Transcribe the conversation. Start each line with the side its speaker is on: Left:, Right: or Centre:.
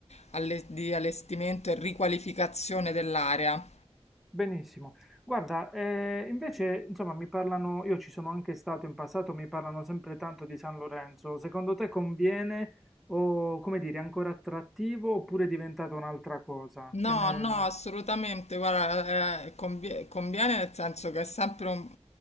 Left: alle- di allestimento e riqualificazione dell'area.
Centre: benissimo. Guarda, eh, invece, insomma, mi parlano, io ci sono anche stato in passato, mi parlano sempre tanto di San Lorenzo. Secondo te conviene o, come dire, è ancora attrattivo oppure è diventata un'altra cosa?
Left: No,
Centre: Che ne...
Left: no, assolutamente, guarda, eh, convie- conviene nel senso che è sempre un,